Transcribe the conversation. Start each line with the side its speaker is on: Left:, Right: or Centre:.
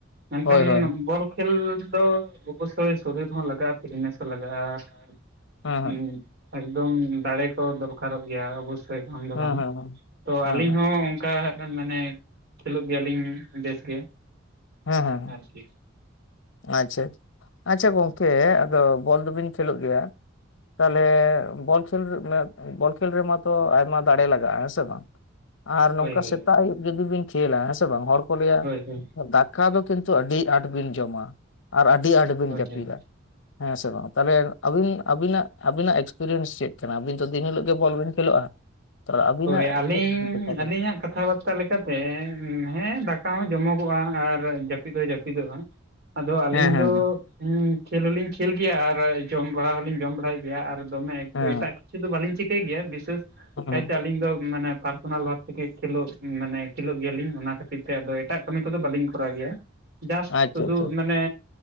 Right: ᱢᱮᱱᱠᱷᱟᱱ
Left: ᱦᱳᱭ ᱦᱳᱭ
Right: ᱵᱚᱞ ᱠᱷᱮᱞ ᱫᱚ ᱚᱵᱚᱥᱳᱭ ᱥᱚᱨᱤᱨ ᱦᱚᱸ ᱞᱟᱜᱟᱜ-ᱟ ᱯᱷᱤᱴᱱᱮᱥ ᱦᱚᱸ ᱞᱟᱜᱟᱜ-ᱟ ᱟᱨ
Left: ᱦᱮᱸ ᱦᱮᱸ
Right: ᱦᱩᱸ ᱮᱠᱫᱚᱢ ᱫᱟᱲᱮ ᱠᱚ ᱫᱚᱨᱠᱟᱨ-ᱚᱜ ᱜᱮᱭᱟ ᱚᱵᱚ <unintelligible> ᱫᱚ
Left: ᱦᱮᱸ
Right: ᱵᱟᱝ
Left: ᱦᱮᱸ ᱦᱮᱸ
Right: ᱛᱚ
Left: ᱦᱮᱸ
Right: ᱟᱨ ᱦᱚᱸ ᱚᱱᱠᱟ ᱦᱟᱸ ᱠᱷᱟᱱ ᱢᱟᱱᱮ ᱥᱩᱞᱩᱠ ᱜᱮᱭᱟᱞᱤᱧ ᱵᱮᱥ ᱜᱮ᱾
Left: ᱦᱮᱸ ᱦᱮᱸ
Right: ᱟᱨᱠᱤ
Left: ᱟᱪᱪᱷᱟ, ᱟᱪᱪᱷᱟ ᱜᱚᱝᱠᱮ ᱟᱫᱚ ᱵᱚᱞ ᱫᱚᱵᱤᱱ ᱠᱷᱮᱞᱳᱜ ᱜᱮᱭᱟ᱾ ᱛᱟᱦᱚᱞᱮ ᱵᱚᱞ ᱠᱷᱮᱞ ᱵᱚᱞ ᱠᱷᱮᱞ ᱨᱮᱢᱟ ᱛᱚ ᱟᱭᱢᱟ ᱫᱟᱲᱮ ᱞᱟᱜᱟᱜ-ᱟ ᱦᱮᱸ ᱥᱮ ᱵᱟᱝ᱾ ᱟᱨ ᱱᱚᱝᱠᱟ
Right: ᱦᱳᱭ ᱦᱳᱭ
Left: ᱥᱮᱛᱟᱜ ᱟᱹᱭᱩᱵ ᱡᱩᱫᱤ ᱵᱤᱱ ᱠᱷᱮᱞᱟ ᱦᱮᱸ ᱥᱮ ᱵᱟᱝ ᱦᱚᱲ ᱠᱚ ᱞᱟᱹᱭᱟ
Right: ᱦᱳᱭ ᱦᱳᱭ
Left: ᱫᱟᱠᱟ ᱫᱚ ᱠᱤᱱᱛᱩ ᱟᱹᱰᱤ ᱟᱸᱴ ᱵᱤᱱ ᱡᱚᱢᱟ ᱟᱨ ᱟᱹᱰᱤ ᱟᱸᱴ ᱵᱤᱱ
Right: ᱦᱳᱭ
Left: ᱡᱟᱹᱯᱤᱫᱟ᱾
Right: ᱦᱳᱭ
Left: ᱦᱮᱸ ᱥᱮ ᱵᱟᱝ ᱛᱟᱦᱚᱞᱮ ᱟᱵᱤᱱ ᱟᱵᱤᱱᱟᱜ ᱟᱵᱤᱱᱟᱜ ᱮᱠᱥᱯᱤᱨᱤᱭᱮᱟᱱᱥ ᱪᱮᱫ? ᱟᱹᱵᱤᱱ ᱫᱚ ᱫᱤᱱ ᱦᱤᱞᱳᱜ ᱜᱮ ᱵᱚᱞ ᱵᱤᱱ ᱠᱷᱮᱞᱳᱜᱼᱟ᱾ ᱛᱟᱦᱚᱞᱮ ᱟᱹᱵᱤᱱᱟᱜ
Right: ᱦᱳᱭ ᱟᱹᱞᱤᱧ
Left: ᱪᱮᱫ ᱚᱵᱷᱤᱜᱚᱛᱟ ᱠᱟᱱᱟ
Right: ᱟᱹᱞᱤᱧᱟᱜ ᱠᱟᱛᱷᱟ ᱵᱟᱛᱟ <inaudible> ᱞᱮᱠᱟᱛᱮ ᱦᱮᱸ ᱫᱟᱠᱟ ᱦᱚᱸ ᱡᱚᱢᱚᱜᱚᱜᱼᱟ ᱟᱨ ᱡᱟᱹᱯᱤᱫ ᱦᱚᱸ ᱡᱟᱹᱯᱤᱫᱚᱜᱼᱟ᱾ ᱟᱫᱚ ᱟᱹᱞᱤᱧ
Left: ᱦᱮᱸ ᱦᱮᱸ
Right: ᱫᱚ
Left: ᱦᱮᱸ
Right: ᱦᱩᱸ ᱠᱷᱮᱞ ᱦᱚᱞᱤᱧ ᱠᱷᱮᱞ ᱜᱮᱭᱟ ᱟᱨ ᱡᱚᱢ ᱵᱟᱲᱟ ᱦᱚᱞᱤᱧ ᱡᱚᱢ ᱵᱟᱲᱟᱭ ᱜᱮᱭᱟ ᱟᱨ ᱫᱚᱢᱮ
Left: ᱦᱮᱸ
Right: ᱮᱴᱟᱜ ᱠᱤ ᱪᱷᱩ ᱫᱚ ᱵᱟᱹᱞᱤᱧ ᱪᱤᱠᱟᱹᱭ ᱜᱮᱭᱟ ᱵᱤᱥᱟᱥ
Left: <inaudible>
Right: ᱟᱹᱞᱤᱧ ᱫᱚ ᱢᱟᱱᱮ ᱯᱟᱨᱥᱚᱱᱟᱞ ᱵᱷᱟᱵ ᱛᱮᱜᱮ ᱠᱷᱮᱞᱳᱜ ᱢᱟᱱᱮ ᱠᱷᱮᱞᱳᱜ ᱜᱮᱭᱟᱞᱤᱧ ᱚᱱᱟ ᱠᱷᱟᱹᱛᱤᱨ ᱛᱮ‌ ᱟᱫᱚ ᱮᱴᱟᱜ ᱠᱟᱹᱢᱤ ᱠᱚᱫᱚ ᱵᱟᱹᱞᱤᱧ ᱠᱚᱨᱟᱣ ᱜᱮᱭᱟ᱾ ᱡᱟᱥᱴ
Left: ᱟᱪᱪᱷᱟ
Right: ᱥᱩᱫᱩ
Left: ᱟᱪᱪᱷᱟ
Right: ᱢᱟᱱᱮ